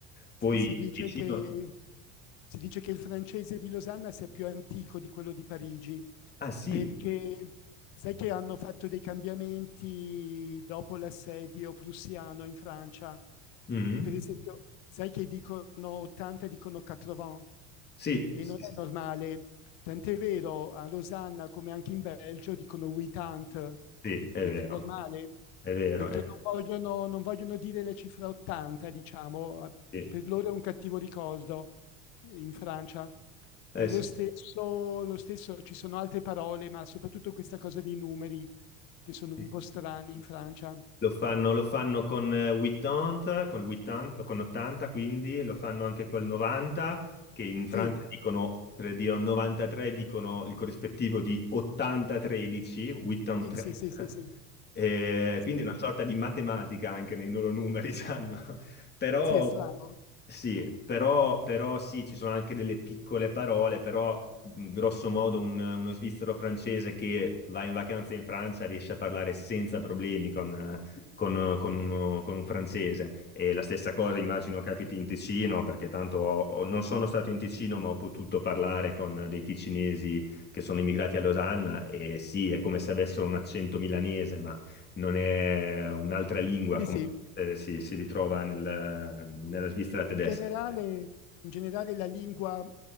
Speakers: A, on the left; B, on the left.
A: Poi
B: Sì, si dice
A: vicino...
B: che, si dice che il francese di Losanna sia più antico di quello di Parigi,
A: Ah sì,
B: perché sai che hanno fatto dei cambiamenti dopo l'assedio prussiano in Francia.
A: Mhm.
B: Per esempio, sai che dicono 80, dicono 80
A: Sì,
B: e
A: sì,
B: non è
A: sì,
B: normale. Tant'è vero, a Losanna, come anche in Belgio, dicono 80,
A: sì, è
B: che
A: vero,
B: è più normale,
A: è vero,
B: perché
A: è vero,
B: non vogliono, non vogliono dire la cifra 80, diciamo,
A: sì.
B: per loro è un cattivo ricordo eh, in Francia.
A: Eh,
B: E
A: sì.
B: lo stesso, lo stesso, ci sono altre parole, ma soprattutto questa cosa dei numeri che sono
A: Sì.
B: un po' strani in Francia.
A: Lo fanno, lo fanno con eh, 80, con l'80, con 80 quindi, lo fanno anche col 90, che in Francia
B: Sì,
A: dicono, per dire un 93, dicono il corrispettivo di 80-13, 83.
B: sì, sì, sì, sì, sì.
A: Eh,
B: Sì,
A: quindi è una sorta di matematica anche nei loro numeri, <laughs> sanno. Però
B: Sì, è strano.
A: sì, però, però sì, ci sono anche delle piccole parole, però mh, grosso modo un- uno svizzero francese che va in vacanza in Francia riesce a parlare senza problemi con, eh, con, con uno- con un francese. E la stessa cosa immagino capiti in Ticino, perché tanto ho- ho- non sono stato in Ticino, ma ho potuto parlare con dei ticinesi che sono immigrati a Losanna e sì, è come se avessero un accento milanese, ma non è un'altra lingua
B: Sì,
A: come
B: sì.
A: eh, si, si ritrova nel- nella Svizzera tedesca.
B: generale, in generale la lingua,